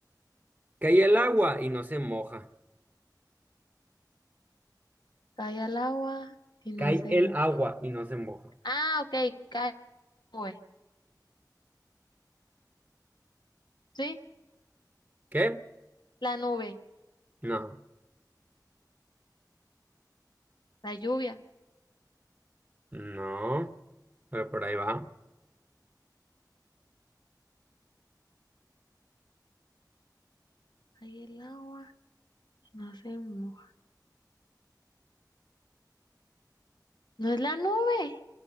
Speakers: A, on the right (about 20°); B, on the left (about 90°).
A: Cae el agua y no se moja.
B: Cae al agua y no
A: Cae
B: se
A: el
B: moja.
A: agua y no se moja.
B: Ah, ok, cae nube. ¿Sí?
A: ¿Qué?
B: La nube,
A: No.
B: la lluvia.
A: No. Pero por ahí va.
B: Cae el agua y no se moja. No es la nube.